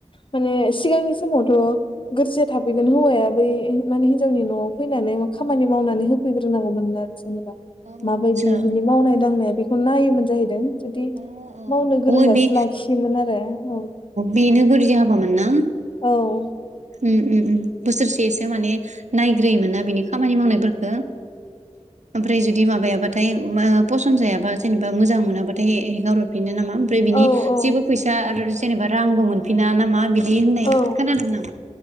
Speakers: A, on the left; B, on the right.
A: माने सिगांनि समावथ' गोरजिया थाफैगोन हौवाया बै माने हिनजाव नि न'आव फैनानै खामानि मावनानै होफैग्रोनांगौमोननो आरो। जेनेबा
B: अ
A: माबायदि
B: आतसा
A: बिनि मावनाय-दांनाया बेखौ नायोमोन जाहैदों। जुदि,
B: अ अ
A: मावनो गोरोंबासो
B: अ बे
A: लाखियोमोन आरो औ।
B: बेनो गोरजिया हाबामोन ना।
A: औ।
B: उ-उ-उ बोसोरसेसो माने नायग्रोयोमोन ना बिनि। खामानि मावनायफोरखो ओमफ्राय जुदि बिदि माबायाबाथाय फसन्द जायाबा, जेनेबा मोजां मोनाबाथाय हगारहरफिनो नामा? ओमफ्राय बिनि
A: औ औ
B: जेबो फैसा आरो जेनेबा रांबो मोनफिना नामा बिदि होननाय
A: औ
B: खोनादों मोन आं।